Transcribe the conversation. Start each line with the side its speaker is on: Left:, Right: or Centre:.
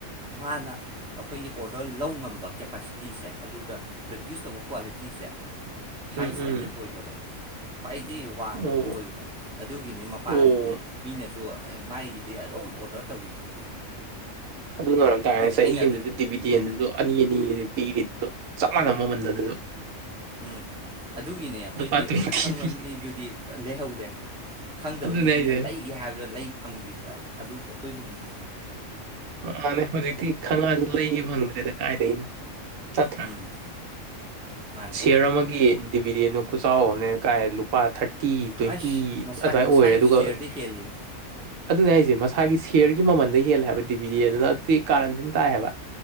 Centre: ꯃꯥꯅ ꯑꯩꯈꯣꯏꯒꯤ ꯑꯣꯔꯗꯔ ꯂꯧ ꯉꯝꯕ ꯀꯦꯄꯥꯁꯤꯇꯤꯁꯦ ꯑꯗꯨꯒ ꯄ꯭ꯔꯗ꯭ꯌꯨꯁ ꯇꯧꯕ ꯀ꯭ꯋꯥꯂꯤꯇꯤꯁꯦ ꯍꯥꯏ
Right: ꯎꯝ
Centre: ꯁ꯭ꯇꯦꯟꯗꯔꯠ
Right: ꯎꯝ
Centre: ꯑꯣꯏꯗꯕ ꯈ꯭ꯋꯥꯏꯗꯒꯤ ꯋꯥꯡꯗꯕ
Right: ꯑꯣ
Centre: ꯑꯣꯏꯕ ꯑꯗꯨꯒꯤꯅꯤ ꯃꯄꯥꯟꯒꯤ
Right: ꯑꯣ
Centre: ꯃꯤꯅꯁꯨ ꯃꯥꯏꯗꯤ ꯑꯗꯨꯝ ꯑꯣꯔꯗꯔ ꯇꯧꯈꯤꯁꯦ
Right: ꯑꯗꯨꯅ ꯑꯣꯏꯔꯝꯇꯥꯥꯔꯦ ꯆꯍꯤ
Centre: ꯑꯩꯅ
Right: ꯑꯃꯗꯗꯤ ꯗꯤꯕꯤꯗꯦꯟꯗꯨꯁꯨ ꯑꯅꯤ ꯑꯅꯤ ꯅꯨꯄꯤꯒꯤꯗꯨꯁꯨ ꯆꯞ ꯃꯥꯟꯅꯕ ꯃꯃꯜꯗ ꯑꯗꯨ <inaudible>
Centre: ꯎꯝ ꯑꯗꯨꯒꯤꯅꯦ ꯑꯩꯈꯣꯏꯒꯤ
Right: ꯂꯨꯄꯥ ꯇ꯭ꯋꯦꯟꯇꯤ
Centre: ꯑꯈꯪꯕ
Right: ꯄꯤ
Centre: ꯃꯤꯗꯨꯗꯤ ꯂꯩꯍꯧꯔꯦ ꯈꯪꯗꯕ
Right: ꯑꯗꯨꯅꯦ
Centre: ꯃꯤꯗꯨꯅ
Right: ꯑꯩꯁꯦ
Centre: ꯂꯩꯒꯦ ꯍꯥꯏꯕꯗꯥ ꯂꯩ ꯐꯪꯈꯤꯗ꯭ꯔꯥ ꯑꯗꯨ ꯑꯩꯈꯣꯏꯒꯨꯝꯅꯤ
Right: ꯃꯅꯦ ꯍꯧꯖꯤꯛꯇꯤ ꯈꯪꯉꯥꯛꯑꯁꯨ ꯂꯩꯒꯦ ꯐꯪꯗ꯭ꯔꯦꯗ ꯀꯥꯏꯗꯩꯅꯣ ꯅꯠꯇ꯭ꯔꯥ
Centre: ꯎꯝ ꯃꯥꯅꯤ
Right: ꯁꯤꯌꯔ ꯑꯃꯒꯤ ꯗꯤꯕꯤꯗꯦꯟꯗꯨ ꯈꯨꯆꯥꯎ ꯑꯃꯅꯦ ꯀꯥꯏ ꯂꯨꯄꯥ ꯊꯥ꯭ꯔꯇꯤ ꯇꯤ ꯇ꯭ꯋꯦꯟꯇꯤ
Centre: ꯑꯩꯁ ꯃꯁꯥꯏ
Right: ꯑꯗꯨꯃꯥꯏ
Centre: ꯃꯁꯥꯏ
Right: ꯑꯣꯏꯔꯦ ꯑꯗꯨꯒ
Centre: ꯁꯤꯌꯔꯗꯤ ꯍꯦꯜꯂꯤꯅꯤ
Right: ꯑꯗꯨꯅꯦ ꯑꯩꯁꯦ ꯃꯁꯥꯒꯤ ꯁꯌ꯭ꯔꯒꯤ ꯃꯃꯜꯗꯩ ꯍꯦꯜꯂꯦ ꯍꯥꯏꯕ ꯗꯤꯕꯤꯗꯦꯟ ꯑꯗꯨꯅ ꯑꯗꯨꯗꯤ ꯀꯥꯔꯟ ꯊꯤ ꯇꯥꯏ ꯍꯥꯢꯕ